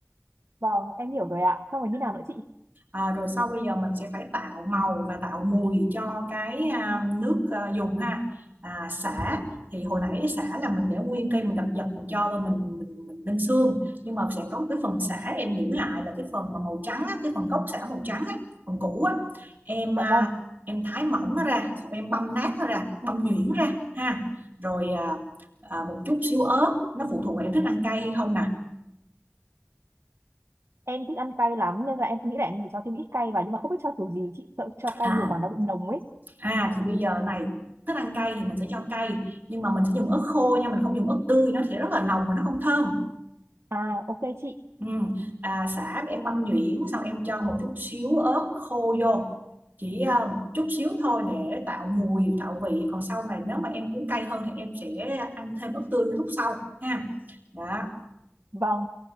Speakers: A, on the right (about 75°); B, on the right (about 40°).
A: Vâng, em hiểu rồi ạ. Xong rồi như nào nữa chị?
B: Ờ, rồi sau bây giờ mình sẽ phải tạo màu và tạo mùi cho cái à, nước à, dùng ha à, sả thì hồi nãy sả là mình để nguyên cây mình đập dập mình cho rồi mình mình mình ninh xương nhưng mà sẽ có một cái phần sả em giữ lại là cái phần mà màu trắng á, cái phần gốc sả màu trắng á, phần cũ á em
A: Dạ
B: à,
A: vâng.
B: em thái mỏng nó ra xong em băm nát nó ra băm nhuyễn ra ha rồi à, à, một chút xíu ớt nó phụ thuộc vào em thích ăn cay hay không nè
A: em thích ăn cay lắm nên là em nghĩ là em chỉ cho thêm ít cay vào nhưng mà không biết cho kiểu gì chị sợ cho cay
B: à,
A: nhiều quá nó bị nồng ấy
B: À thì bây giờ này thích ăn cay thì mình sẽ cho cay nhưng mà mình sẽ dùng ớt khô nha mình không dùng ớt tươi nó sẽ rất là nồng và nó không thơm
A: à ok chị
B: ừ. à, sả em băm nhuyễn xong em cho một chút xíu ớt khô vô chỉ à, một chút xíu thôi để tạo mùi tạo vị còn sau này nếu mà em muốn cay hơn thì em sẽ ăn thêm ớt tươi lúc sau ha đó
A: vâng